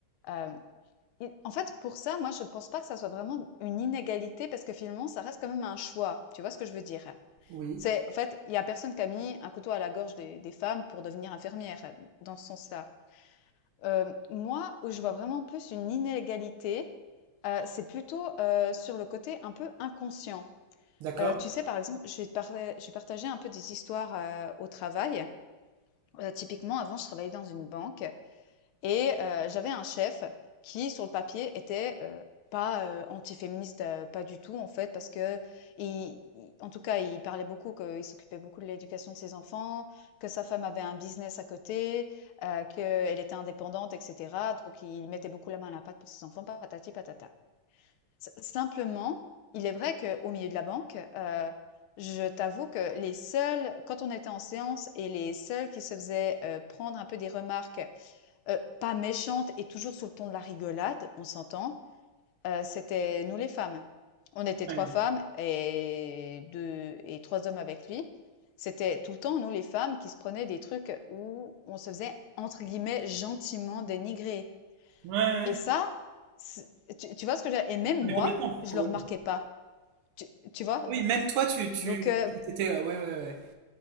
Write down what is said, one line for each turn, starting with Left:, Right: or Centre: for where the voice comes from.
Left: euh, et en fait, pour ça, moi, je pense pas que ça soit vraiment une inégalité parce que finalement, ça reste quand même un choix. Tu vois ce que je veux dire?
Right: oui,
Left: C'est, en fait, il y a personne qui a mis un couteau à la gorge des, des femmes pour devenir infirmière dans ce sens-là. Euh, moi, où je vois vraiment plus une inégalité, euh, c'est plutôt euh, sur le côté un peu inconscient.
Right: d'accord.
Left: Euh, tu sais, par exemple, je vais te parler- je vais partager un peu des histoires euh, au travail. Euh, typiquement, avant, je travaillais dans une banque et euh, j'avais un chef qui, sur le papier, était euh, pas euh, antiféministe, euh, pas du tout en fait, parce que il, il- en tout cas, il parlait beaucoup qu'il s'occupait beaucoup de l'éducation de ses enfants, que sa femme avait un business à côté, euh, qu'elle était indépendante, etc. Donc, il mettait beaucoup la main à la pâte pour ses enfants, patati patata. S- simplement, il est vrai qu'au milieu de la banque, euh, je t'avoue que les seuls, quand on était en séance, et les seuls qui se faisaient euh, prendre un peu des remarques Heu, pas méchante et toujours sous le ton de la rigolade, on s'entend, heu, c'était nous les femmes. On était
Right: Ouais,
Left: 3 femmes et 2 et 3 hommes avec lui. C'était tout le temps nous les femmes qui se prenaient des trucs où on se faisait entre guillemets «gentiment dénigrer»
Right: ouais, ouais.
Left: et ça, c'est tu tu vois ce que je Et même
Right: Mais
Left: moi,
Right: complètement,
Left: je
Right: complètement.
Left: le remarquais pas. Tu tu vois?
Right: Ah Oui, même toi, tu, tu,
Left: donc heu,
Right: t'étais, ouais, ouais, ouais.